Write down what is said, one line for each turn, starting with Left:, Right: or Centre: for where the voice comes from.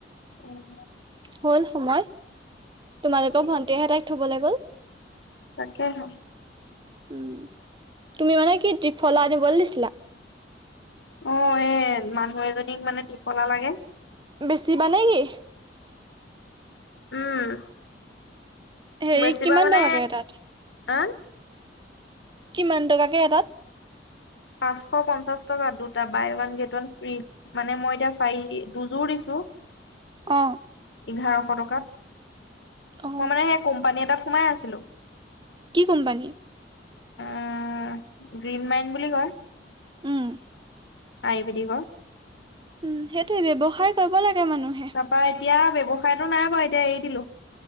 Left: উম।
Right: হল সময়, তোমালোকে ভণ্টি এহে তাইক থবলৈ গল।
Left: তাকেহে।
Right: উম, তুমি মানে কি ত্ৰিফলা আনিব দিছিলা?
Left: অঁ', এই মানুহ এজনীক মানে ত্ৰিফলা লাগে।
Right: বেছিবা নেকি?
Left: উম
Right: হেৰি
Left: বেছিবা
Right: কিমান
Left: মানে
Right: টকাকে এটাত
Left: আ!
Right: কিমান টকাকে এটাত?
Left: পাঁচশ পঞ্চাশ টকা দুটা, buy one get one free. মানে মই এতিয়া চাই দুযোৰ দিছো।
Right: অ
Left: ইঘাৰশ টকাত,
Right: অ
Left: মই মানে সেই কোম্পানী এটাত সোমাই আছিলো।
Right: কি কোম্পানী?
Left: আ', গ্ৰীণ মাইন বুলি কয়।
Right: উম।
Left: আয়ুৰ্বেদিকৰ।
Right: উম, সেইটোয়ে ব্যৱসায় কৰিব লাগে মানুহে।
Left: তাৰাপা এতিয়া ব্যৱসায়টো নাই বাৰু এতিয়া এৰি দিলোঁ।